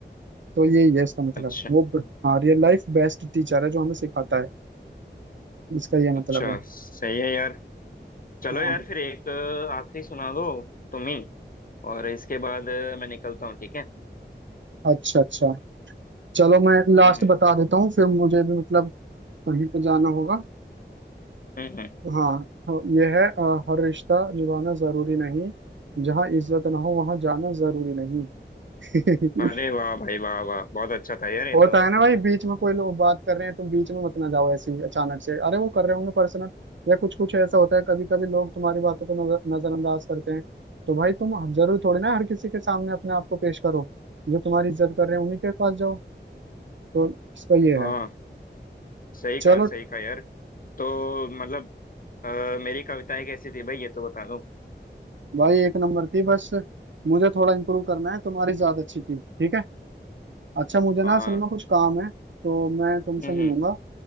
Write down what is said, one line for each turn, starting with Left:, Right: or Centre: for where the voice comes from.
Right: तो यही है इसका मतलब
Left: अच्छा
Right: वो ब- हाँ रियल लाइफ बेस्ट टीचर है जो हमें सिखाता है इसका ये
Left: अच्छा
Right: मतलब है
Left: सही है यार चलो
Right: <laughs> हाँ
Left: यार फिर एक अ, आखिरी सुना दो तुम ही और इसके बाद अ, मैं निकलता हूँ ठीक है
Right: अच्छा अच्छा चलो मैं लास्ट
Left: हम्म हम्म
Right: बता देता हूँ फिर मुझे भी मतलब कहीं पे जाना होगा
Left: हम्म। हम्म।
Right: हाँ हाँ, ये है अ, हर रिश्ता निभाना जरूरी नहीं जहाँ इज्जत ना हो वहां जाना जरूरी नहीं <laughs>
Left: अरे वाह भाई वाह वाह बहुत अच्छा था यार ये
Right: होता
Left: तो
Right: है ना भाई बीच में कोई लोग बात कर रहे हैं तुम बीच में मत ना जाओ ऐसे ही अचानक से अरे वो कर रहे होंगे पर्सनल या कुछ कुछ ऐसा होता है कभी कभी लोग तुम्हारी बातों को नजर नजरअंदाज करते हैं तो भाई तुम जरूरी थोड़ी ना हर किसी के सामने अपने आप को पेश करो जो तुम्हारी इज्जत कर रहे हैं उन्हीं के पास जाओ तो इसका ये
Left: हाँ
Right: है
Left: सही
Right: चलो
Left: कहा सही कहा यार तो मतलब अ, मेरी कविताएं कैसी थी भाई ये तो बता दो
Right: भाई एक नंबर थी बस मुझे थोड़ा इम्प्रूव करना है तुम्हारी ज्यादा अच्छी थी ठीक है अच्छा मुझे
Left: हाँ
Right: ना असल
Left: हाँ।
Right: में कुछ काम है तो मैं तुमसे
Left: हम्म
Right: मिलूंगा
Left: हम्म